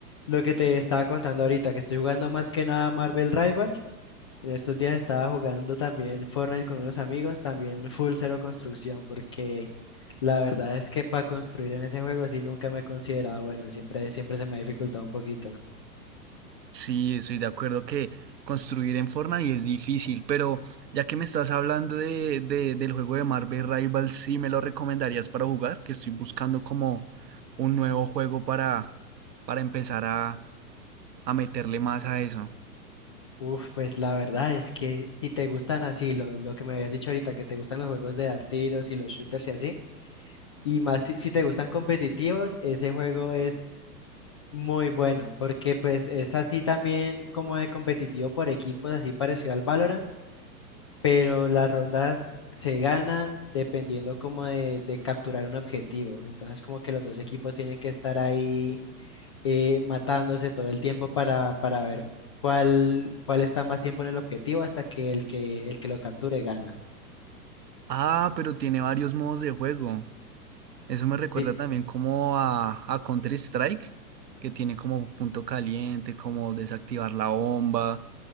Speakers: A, on the left (about 20°); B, on the right (about 85°).
A: lo que te estaba contando ahorita, que estoy jugando más que nada Marvel Rivals, en estos días estaba jugando también Fortnite con unos amigos, también Full Zero Construcción, porque la verdad es que para construir en ese juego sí nunca me he considerado bueno, siempre, siempre se me ha dificultado un poquito.
B: Sí, estoy de acuerdo que construir en Fortnite es difícil, pero ya que me estás hablando de, de- del juego de Marvel Rivals, ¿sí me lo recomendarías para jugar? Que estoy buscando como un nuevo juego para, para empezar a, a meterle más a eso.
A: Uf, pues la verdad es que si te gustan así, lo, lo que me habías dicho ahorita, que te gustan los juegos de dar tiros y los shooters y así. Y más si, si te gustan competitivos, ese juego es muy bueno, porque pues es así también como de competitivo por equipos, así parecido al Valorant, pero las rondas se ganan dependiendo como de, de capturar un objetivo. Entonces como que los dos equipos tienen que estar ahí eh, matándose todo el tiempo para, para ver cuál, cuál está más tiempo en el objetivo hasta que el que, el que lo capture gana.
B: Ah, pero tiene varios modos de juego. Eso me recuerda
A: Sí,
B: también como a, a Counter-Strike, que tiene como punto caliente, como desactivar la bomba.